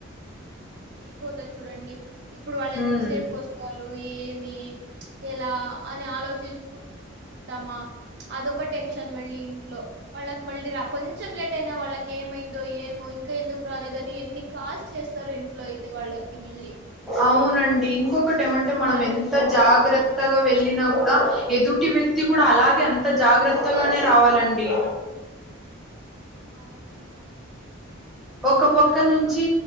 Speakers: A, on the right; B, in the centre.
A: అట్ల అయిపోతది చూడండి ఇప్పుడు వాళ్ళు ఎంత
B: ఉమ్
A: సేపుకి వస్త ఏమి ఎలా అని ఆలోచించుకుంటూ కూర్చుంటామా అదొక టెన్షన్ మళ్ళీ ఇంట్లో వాళ్ళకి మళ్ళీ రా కొంచెం లేట్ అయినా వాళ్ళకి కేేమైందో ఏ మో కా ఎందుకు రాలేదని ఎన్ని కాల్ చేస్తారు ఇంట్లో అయితే వాళ్ళకి మళ్ళీ
B: అవునండి ఇంకొకటి
A: వాళ్ళు
B: ఏమంటే మనం
A: కాల్
B: ఎంత జాగ్రత్త త్తగా వెళ్ళిన కూడా ఎదుటి వ్యక్తి కూడా అలాగే అంత అంత జాగ్రత్తగానే
A: ఏవండి
B: రావాలండి
A: మీ అవును అవును
B: ఒక పక్క
A: ఉమ్.
B: నుంచి